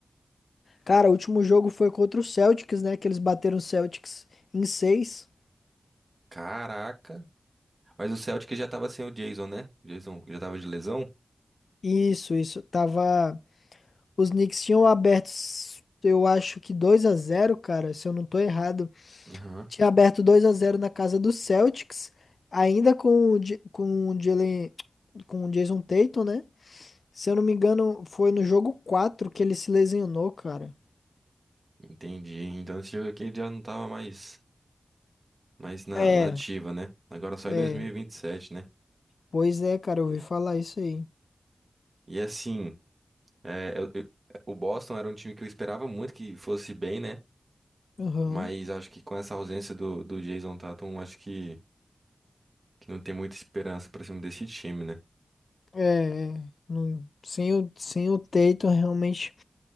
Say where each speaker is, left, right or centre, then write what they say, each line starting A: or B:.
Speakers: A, on the left; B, on the right.
A: Cara, o último jogo foi contra o Celtics, né? Que eles bateram o Celtics em seis
B: Caraca. Mas o Celtic já tava sem o Jason, né? O Jason já tava de lesão?
A: Isso, isso. Tava. Os Knicks tinham abertos, eu acho que 2 a zero cara. Se eu não tô errado.
B: Aham.
A: Tinha aberto 2 a zero na casa do Celtics, ainda com o, J- com o Jalen, com o Jason Tatum, né? Se eu não me engano, foi no jogo 4 que ele se lesionou, cara.
B: Entendi. Então esse jogo aqui ele já não tava mais, mais na,
A: É,
B: na ativa, né? Agora só
A: é.
B: em 2027, né?
A: Pois é, cara, eu ouvi falar isso aí.
B: E assim, é, eu- eu- o Boston era um time que eu esperava muito que fosse bem, né?
A: Aham.
B: Mas acho que com essa ausência do, do Jason Tatum, acho que, que não tem muita esperança pra cima desse time, né?
A: É, é. Não- sem o, sem o Tatum, realmente,